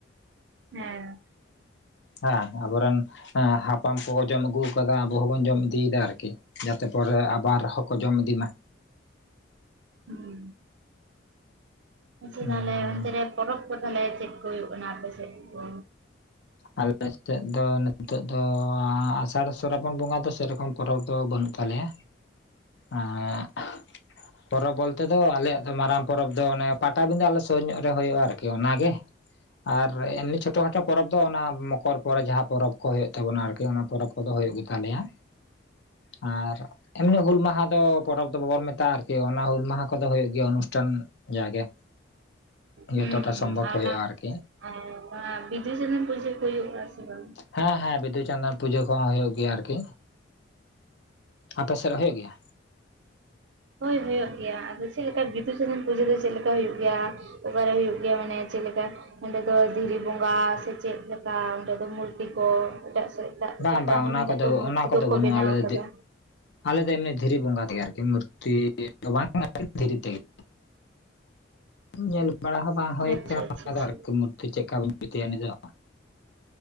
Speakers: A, on the right (about 70°); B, on the left (about 60°).
A: ᱦᱮᱸ
B: ᱦᱮᱸ ᱟᱵᱚ ᱨᱮᱱ, ᱦᱮᱸ ᱦᱟᱯᱲᱟᱢ ᱠᱚ ᱡᱚᱢ ᱟᱹᱜᱩ ᱠᱟᱫᱟ ᱟᱵᱚ ᱦᱚᱸᱵᱚᱱ ᱡᱚᱢ ᱤᱫᱤᱭᱮᱫᱟ ᱟᱨᱠᱤ ᱡᱟᱛᱮ ᱯᱚᱨᱮ ᱟᱵᱟᱨ, ᱦᱚᱸᱠᱚ ᱡᱚᱢ ᱤᱫᱤ ᱢᱟ,
A: ᱦᱩᱸ ᱟᱪᱪᱷᱟ
B: ᱦᱩᱸ
A: ᱛᱟᱦᱞᱮ ᱚᱱᱛᱮ ᱨᱮ ᱯᱚᱨᱚᱵᱽ ᱠᱚ ᱛᱟᱦᱚᱞᱮ ᱪᱮᱫ ᱠᱚ ᱦᱩᱭᱩᱜ ᱠᱟᱱᱟ ᱟᱯᱮ ᱥᱮᱫ ᱠᱚ,
B: ᱟᱞ ᱥᱮᱫ ᱫᱚ ᱱᱤᱛᱚᱜ ᱫᱚ ᱟᱥᱟᱲ ᱥᱨᱟᱵᱚᱱ ᱵᱚᱸᱜᱟ ᱫᱚ ᱥᱮᱨᱚᱠᱚᱢ ᱯᱚᱨᱚᱵᱽ ᱫᱚ ᱵᱟᱹᱱᱩᱜ ᱛᱟᱞᱮᱭᱟ, ᱮᱸᱜ ᱯᱚᱨᱚᱵᱽ ᱵᱚᱞᱛᱮ ᱫᱚ ᱟᱞᱮᱭᱟᱜ ᱫᱚ ᱢᱟᱨᱟᱝ ᱯᱚᱨᱚᱵᱽ ᱵᱚᱞᱛᱮ ᱫᱚ ᱟᱞᱮᱭᱟᱜ ᱫᱚ ᱢᱟᱨᱟᱜ ᱯᱚᱨᱚᱵ ᱫᱚ ᱯᱟᱴᱟᱵᱤᱸᱫᱟᱹ ᱟᱞᱮ ᱥᱩᱨ ᱧᱚᱜ ᱨᱮ ᱦᱩᱭᱩᱜᱼᱟ ᱟᱨᱠᱤ, ᱚᱱᱟ ᱜᱮ ᱟᱨ ᱮᱢᱱᱤ ᱪᱷᱳᱴᱳ ᱠᱷᱟᱴᱳ ᱯᱚᱨᱚᱵᱽ ᱫᱚ ᱚᱱᱟ ᱢᱚᱠᱚᱨ, ᱯᱚᱨᱮ ᱡᱟᱦᱟᱸ ᱯᱚᱨᱚᱵᱽ ᱠᱚ ᱦᱩᱭᱩᱜ ᱛᱟᱵᱚᱱᱟ ᱟᱨᱠᱤ ᱚᱱᱟ ᱯᱚᱨᱚᱵᱽ ᱠᱚᱫᱚ ᱦᱩᱭᱩᱜ ᱜᱮᱛᱟᱞᱮᱭᱟ ᱟᱨ, ᱮᱢᱱᱤ ᱦᱩᱞ ᱢᱟᱦᱟ ᱫᱚ ᱯᱚᱨᱚᱵᱽ ᱫᱚ ᱵᱟᱵᱚᱱ ᱢᱮᱛᱟᱜᱼᱟ ᱟᱨᱠᱤ ᱚᱱᱟ ᱦᱩᱞ ᱢᱟᱦᱟ ᱠᱚᱫᱚ ᱦᱳᱭ ᱜᱮᱭᱟ ᱚᱱᱩᱥᱴᱷᱟᱱ, ᱡᱟᱜᱮ ᱡᱚᱛᱚᱴᱟ
A: ᱦᱩᱸ
B: ᱥᱚᱢᱵᱷᱚᱵ
A: ᱟᱨ
B: ᱦᱩᱭᱩᱜᱼᱟ
A: ᱚᱱᱟ
B: ᱟᱨᱠᱤ,
A: ᱟᱨ ᱚᱱᱟ ᱵᱤᱫᱩᱼᱪᱟᱸᱫᱟᱱ ᱯᱩᱡᱟᱹ ᱠᱚ ᱦᱩᱭᱩᱜ ᱟ ᱥᱮ ᱵᱟᱝ?
B: ᱦᱮᱸ ᱦᱮᱸ ᱵᱤᱫᱩ ᱪᱟᱸᱫᱟᱱ ᱯᱩᱡᱟᱹ ᱠᱚᱦᱚᱸ ᱦᱩᱭᱩᱜ ᱜᱮᱭᱟ ᱟᱨᱠᱤ ᱟᱯᱮ ᱥᱮᱫ ᱦᱳᱭᱳᱜ ᱜᱮᱭᱟ,
A: ᱦᱳᱭ ᱦᱩᱭᱩᱜ ᱜᱮᱭᱟ ᱟᱫᱚ ᱪᱮᱫ ᱞᱮᱠᱟ ᱵᱤᱫᱩᱼᱪᱟᱸᱫᱟᱱ ᱯᱩᱡᱟᱹ ᱫᱚ ᱪᱮᱫ ᱞᱮᱠᱟ ᱦᱩᱭᱩᱜ ᱜᱮᱭᱟ, ᱚᱠᱟᱨᱮ ᱦᱩᱭᱩᱜ ᱜᱮᱭᱟ ᱢᱟᱱᱮ ᱪᱮᱫ ᱞᱮᱠᱟ, ᱚᱸᱰᱮ ᱫᱚ ᱫᱷᱤᱨᱤ ᱵᱚᱸᱜᱟ ᱥᱮ ᱪᱮᱫᱮ ᱞᱮᱠᱟ ᱚᱸᱰᱮ ᱫᱚ ᱢᱩᱨᱛᱤ ᱠᱚ ᱮᱴᱟᱜ ᱥᱮᱫ, ᱮᱴᱟᱜ
B: ᱵᱟᱝ
A: ᱮᱴᱟᱜ ᱟᱠᱟ
B: ᱵᱟᱝ
A: ᱧᱩᱱᱟ
B: ᱚᱱᱟ ᱠᱚᱫᱚ
A: ᱛᱚ ᱢᱩᱨᱛᱤ
B: ᱚᱱᱟ ᱠᱚᱫᱚ
A: ᱫᱚᱠᱚ
B: ᱵᱟᱹᱱᱩᱜᱼᱟ
A: ᱵᱮᱱᱟᱣ
B: ᱟᱞᱮ
A: ᱟᱠᱟᱫᱟ,
B: ᱫᱚ ᱟᱞᱮ ᱫᱚ ᱮᱢᱱᱤ ᱫᱷᱤᱨᱤ ᱵᱚᱸᱜᱟ ᱛᱮᱜᱮ ᱟᱨᱠᱤ ᱢᱩᱨᱛᱤ ᱵᱟᱝ ᱫᱷᱤᱨᱤ ᱛᱮᱜᱮ,
A: <unintelligible>
B: ᱧᱮᱞ ᱵᱟᱲᱟ ᱦᱚᱸ ᱵᱟᱝ ᱦᱩᱭ
A: ᱟᱪᱪᱷᱟ
B: ᱠᱟᱱᱟ
A: ᱟᱪᱪᱷᱟ
B: ᱚᱱᱟ
A: ᱟᱪᱪᱷᱟ
B: ᱟᱨᱠᱤ ᱢᱩᱨᱛᱤ ᱪᱮᱫᱠᱟ ᱡᱩᱛᱤᱭᱟ ᱩᱱᱤ ᱫᱚ,